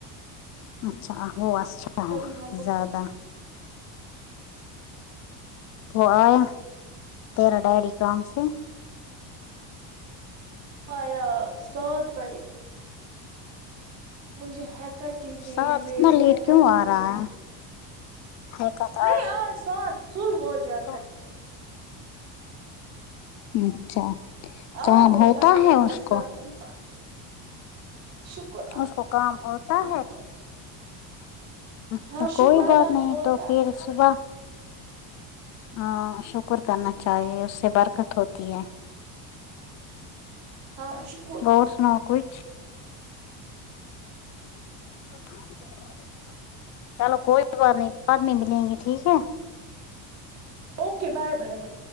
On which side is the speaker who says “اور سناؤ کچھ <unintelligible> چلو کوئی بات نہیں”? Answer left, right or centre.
Left